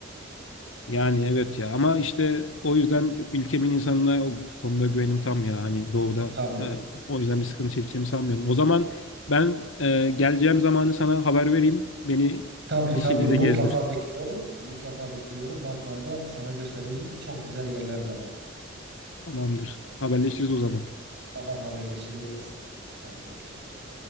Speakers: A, on the left (about 80°); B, on the right (about 60°).
A: Yani evet ya ama işte o yüzden ülkemin insanına o konuda güvenim tam ya hani doğuda
B: Tabii.
A: e, o yüzden bir sıkıntı çekeceğimi sanmıyorum. O zaman ben e, geleceğim zamanı sana haber vereyim. Beni
B: Tabii tabii
A: bir şekilde
B: mutlaka
A: gezdir.
B: bekliyorum. Mutlaka bekliyorum. Batman'da sana göstereceğim. Çok güzel yerler de var.
A: Tamamdır. Haberleşiriz o zaman.
B: Tamam haberleşiriz. Hadi görüşürüz.